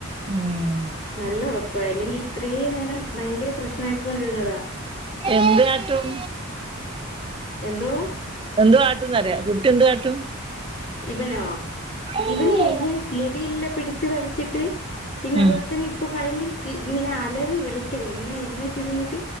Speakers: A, on the right; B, on the left.
A: ഉം
B: നല്ല ഒറക്കവായി അല്ലെങ്കീ ഇത്രേം നേരം ഭയങ്കര പ്രശ്നമായ്ക്കൊണ്ടിരുന്നതാ.
A: എന്ത് കാട്ടും?
B: എന്തോ
A: എന്ത് കാട്ടുന്നറയാ കുട്ടി എന്ത് കാട്ടും
B: ഇവനോ
A: ഉം
B: ഇവന് എന്നെ മുടിയെല്ലാ പിടിച്ച് വലിച്ചിട്ട് പിന്നതുപോല്
A: ഉം
B: തന്നെ ഇപ്പ ഭയങ്കര ഇങ്ങനെ അലറി വിളിക്കലാ ഇങ്ങനെ ഇരുന്നിട്ടിരുന്നിട്ട്